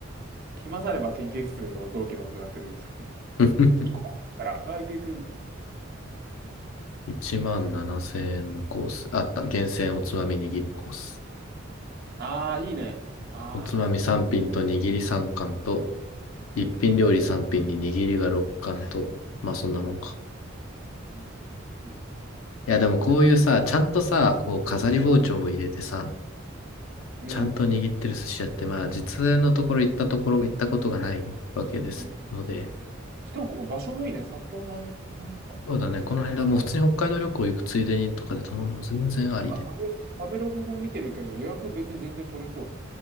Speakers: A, on the right (about 50°); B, on the left (about 80°).
A: 暇さあれば研究室の同期の女が連れて
B: <laughs>
A: <laughs> 行こうって言ったら、あ、行く行く、みたいな。
B: 1万7000円のコース。あった。厳選おつまみ握りコース。
A: あー、いいね。あー、
B: おつまみ3品と握り3貫と、
A: これは、はいはいはい。
B: 一品料理3品に握りが6貫と、まあそんなもんか。
A: うん。うん。
B: いやでもこういうさ、ちゃんとさ、こう飾り包丁を入れてさ、
A: うん
B: ちゃんと握ってる寿司屋って、まあ実のところ行ったところ、行ったことがないわけですので、
A: うん。うんしかもここ場所もいいね。札幌のあの辺、あの辺か。
B: そうだね。
A: めっちゃいいじ
B: この辺だ。もう普通に北海道旅行行くついでにとかで頼んでも全然ありで。
A: ゃん。なんか食べ、食べログも見てるけど、予約別に全然取れそ